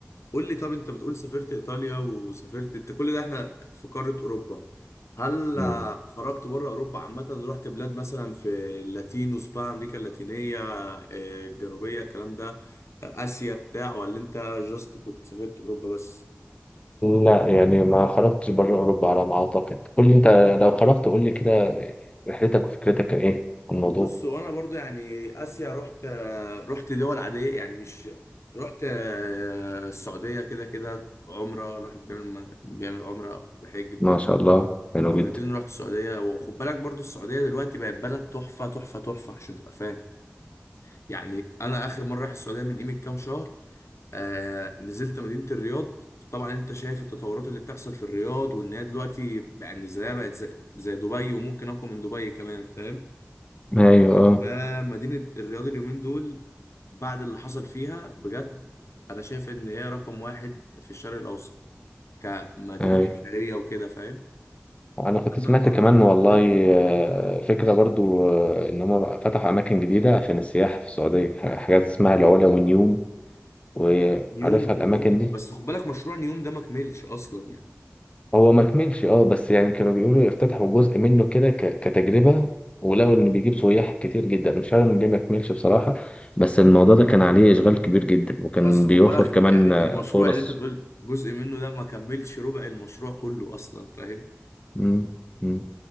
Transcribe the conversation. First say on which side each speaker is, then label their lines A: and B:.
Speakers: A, on the left; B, on the left.
A: قول لي طب انت بتقول سافرت ايطاليا وسافرت انت كل ده احنا في قاره اوروبا هل
B: مم.
A: آه، خرجت بره اوروبا عامه رحت بلاد مثلا في اللاتين وسبان امريكا اللاتينيه آه، الجنوبيه الكلام ده آه، اسيا بتاع ولا انت جاست كنت سافرت اوروبا بس
B: لا يعني ما خرجتش بره أوروبا على ما أعتقد قول لي أنت لو خرجت قول لي كده رحلتك وفكرتك كان إيه عن الموضوع
A: بص وانا برضو يعني اسيا رحت رحت دول عاديه يعني مش رحت آه، السعوديه كده كده عمره الواحد بيعمل بيعمل عمره او بحج بتاع
B: ما شاء الله حلو
A: مرتين
B: جدا
A: رحت السعوديه وخد بالك برضو السعوديه دلوقتي بقت بلد تحفه تحفه تحفه عشان تبقى فاهم يعني انا اخر مره رايح السعوديه من قيمه كام شهر آه نزلت مدينه الرياض طبعا انت شايف التطورات اللي بتحصل في الرياض وان هي دلوقتي يعني زيها بقت زي زي دبي وممكن اقوى من دبي كمان فاهم
B: ايوه اه
A: فمدينة الرياض اليومين دول بعد اللي حصل فيها بجد أنا شايف إن هي رقم واحد في الشرق الأوسط كمدينة
B: ايوه
A: ترفيهية وكده فاهم
B: أنا كنت
A: عندك
B: سمعت
A: برضو
B: كمان
A: رحت
B: والله
A: دبي
B: آه، فكرة برضو آه، إن هم فتحوا أماكن جديدة عشان السياحة في السعودية حاجات اسمها العلا والنيوم وعارفها
A: نيوم نيوم
B: الأماكن دي
A: بس خد بالك مشروع نيوم ده ما كملش أصلا يعني
B: هو ما كملش اه بس يعني كانوا بيقولوا يفتتحوا جزء منه كده ك- كتجربة ولقوا ان بيجيب سياح كتير جدا مش عارف من ليه ما كملش بصراحة بس الموضوع ده كان عليه اشغال كبير جدا وكان
A: بس خد
B: بيوفر
A: بالك
B: كمان
A: يعني المشروع
B: آه، فرص
A: اللي أنت بتقول جزء منه ده ما كملش ربع المشروع كله أصلا فاهم
B: مم. مم.